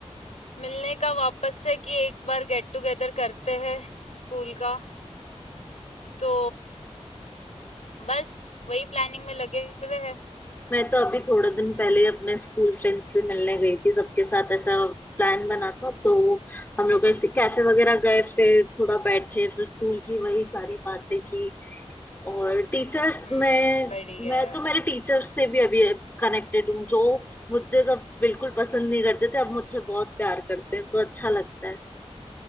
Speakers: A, on the left; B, on the left.
A: मिलने का वापस से कि एक बार गेट टुगेदर करते हैं स्कूल का तो बस वही प्लानिंग में लगे हुए हैं
B: मैं तो अभी थोड़े दिन पहले ही अपने स्कूल फ्रेंड से मिलने गई थी सबके साथ ऐसा प्लान बना था तो हम लोग ऐसे कैफे वगैरह गए फिर थोड़ा बैठे फिर स्कूल की वही सारी बातें की और टीचर्स
A: हम्म
B: में
A: बढ़िया
B: मैं
A: है
B: तो मेरे टीचर्स से भी अभी कनेक्टेड हूँ जो मुझे तब बिल्कुल पसंद नहीं करते थे अब मुझसे बहुत प्यार करते हैं तो अच्छा लगता है